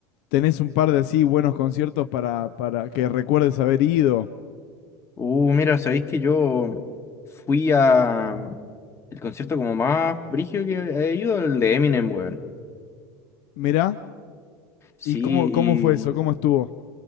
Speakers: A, on the left (about 65°); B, on the left (about 25°).
A: tenés un par de así buenos conciertos para, para que recuerdes haber ido.
B: Uh, mira, sabéis que yo fui a mm, el concierto como más brígido que he ido, el de Eminem, weón.
A: Mirá,
B: Sí,
A: ¿y cómo, cómo fue eso?
B: y...
A: ¿Cómo estuvo?